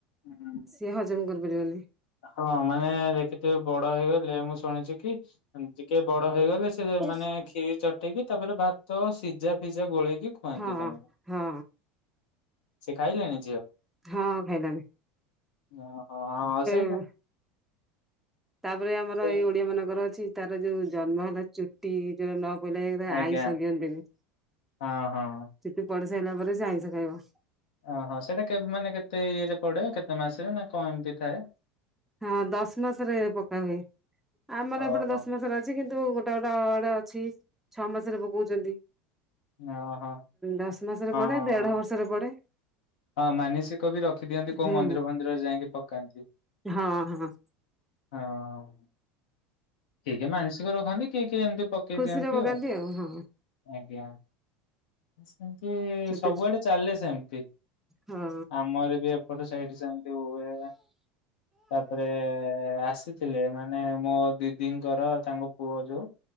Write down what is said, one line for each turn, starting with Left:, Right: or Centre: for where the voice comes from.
Left: ହୁଁ ହୁଁ।
Centre: ସିଏ ହଜମ କରିପାରିବନି।
Left: ହଁ ମାନେ ଦେଖିଥିବେ ବଡ ହେଇଗଲେ ମୁଁ ଶୁଣିଛି କି ଟିକେ ବଡ ହେଇଗଲେ ସେ
Centre: ହଁ
Left: ମାନେ ଖିରୀ ଚଟେଇକି ତାପରେ ଭାତ ସିଝା ଫିଜା ଗୋଳେଇକି ଖୁଆନ୍ତି
Centre: ହଁ
Left: ତାଙ୍କୁ।
Centre: ହଁ
Left: ସେ ଖାଇଲେଣି
Centre: ହଁ ଖାଇଲାଣିି।
Left: ନ ହଁ ସେ
Centre: ଉୁଁ। ତାପରେ ଆମର
Left: ସେ
Centre: ଏଇ ଓଡିଆ ମାନଙ୍କର ଅଛି ତାର ଯୋଉ ଜନ୍ମ ହେଲା ଚୁ ଟି ଯୋଉ ନ ପଇଲେ ଏରା
Left: ଆଜ୍ଞା
Centre: ଆଇଁଷ ଦଅନ୍ତୀନି।
Left: ହଁ ହଁ।
Centre: ଚୁଟି ପଡି ସାଇଲା ପରେ ସେ ଆଇଁଷ ଖାଇବା।
Left: ଅ ହ ସେଇଟା କେବେ ମାନେ କେତେ ଇଏରେ ପଡେ କେତେ ମାସେ ନା କଣ ଏମିତି ଥାଏ
Centre: ହଁ ଦଶ ମାସରେ ପକା ହୁଏ ଆମର
Left: ଓହୋ।
Centre: ଏପଟେ ଦଶ ମାସରେ ଅ ଛି କିନ୍ତୁ ଗୋଟେ ଗୋଟେ ଆଡେ ଅଛି ଛଅ ମାସରେ ପକଉଚନ୍ତି।
Left: ଓହୋ ହଁ
Centre: ଦଶ ମାସରେ ପଡେ
Left: ହଁ।
Centre: ଦେଢ ବର୍ଷରେ ପଡେ।
Left: ହଁ ମାନସିକ ବି ରଖିଦିଅନ୍ତି କୋଉ
Centre: ହୁଁ
Left: ମନ୍ଦିର ଫନ୍ଦିର ଯାଇକି ପକାନ୍ତି।
Centre: ହଁ ହଁ।
Left: ହଁ। କିଏ କିଏ ମାନସିକ ରଖନ୍ତି କିଏ କିଏ ଏମିତି ପକେଇ
Centre: ଖୁସିରେ
Left: ଦିଅନ୍ତି
Centre: ପକାନ୍ତି
Left: ଆଉ।
Centre: ହଁ
Left: ଆଜ୍ଞା ସେମତି
Centre: ଛୋଟ
Left: ସବୁଆଡେ ଚାଲେ ସେମିତି।
Centre: ହଁ
Left: ଆମର ବି ଏପଟ ସାଇଠି ସେମିତି ହୁଏ। ତାପରେ ଆସି ଥିଲେ ମାନେ ମୋ ଦିଦିଙ୍କର ତାଙ୍କ ପୁଅ ଯୋଉ